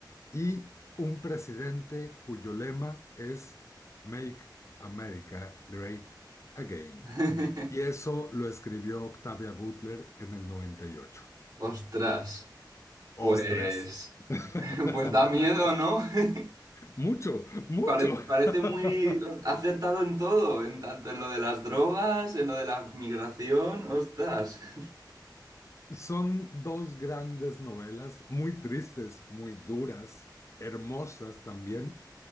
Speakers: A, on the left; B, on the right.
A: y un presidente cuyo lema es Make America Great Again.
B: <laughs>
A: Y eso lo escribió Octavia Butler en el noventa y ocho
B: Ostras,
A: ¡Ostras!
B: pues,
A: <laughs>
B: <laughs> pues da miedo, ¿no? <laughs>
A: Mucho, mucho.
B: Parece, parece
A: <laughs>
B: muy acertado en todo, en tanto en lo de las drogas, en lo de la migración, ostras. <laughs>
A: Son dos grandes novelas, muy tristes, muy duras, hermosas también,